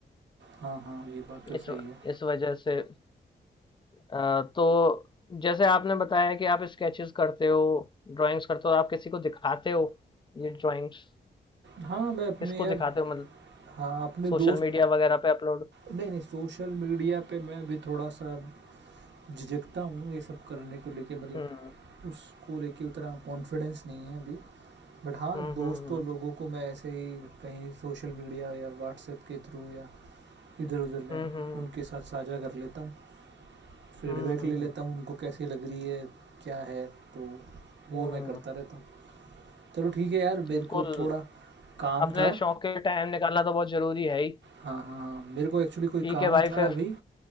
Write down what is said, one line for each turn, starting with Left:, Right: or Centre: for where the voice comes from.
Right: हाँ हाँ ये बात तो
Left: इस
Right: सही है
Left: इस वजह से अ, तो जैसे आपने बताया कि आप स्केचेस करते हो ड्राइंग्स करते हो आप किसी को दिखाते हो ये ड्राइंग्स
Right: हाँ मैं अपने
Left: किसको
Right: यार
Left: दिखाते हो मतलब
Right: हाँ अपने
Left: सोशल
Right: दोस्त
Left: मीडिया वगैरह पे अपलोड
Right: नहीं नहीं सोशल मीडिया पे मैं भी थोड़ा सा झिझकता हूँ ये सब करने को लेके मतलब
Left: हम्म
Right: उसको लेके उतना कॉन्फिडेंस नहीं है अभी बट हाँ
Left: हम्म
Right: दोस्तों
Left: हम्म
Right: लोगों को मैं ऐसे ही कहीं सोशल मीडिया या व्हाट्सएप के थ्रू या इधर उधर में
Left: हम्म हम्म
Right: उनके साथ साझा कर लेता हूँ फीडबैक
Left: हम्म हम्म,
Right: ले लेता हूँ उनको कैसी लग रही है क्या है तो वो
Left: हम्म,
Right: मैं करता रहता हूँ चलो ठीक है यार
Left: बिल्कुल
Right: मेरे को थोड़ा काम
Left: अपने
Right: था
Left: शौक के टाइम निकालना तो बहुत जरूरी है ही
Right: हाँ हाँ हाँ मेरे को एक्चुअली कोई
Left: ठीक
Right: काम
Left: है भाई
Right: था
Left: फिर
Right: अभी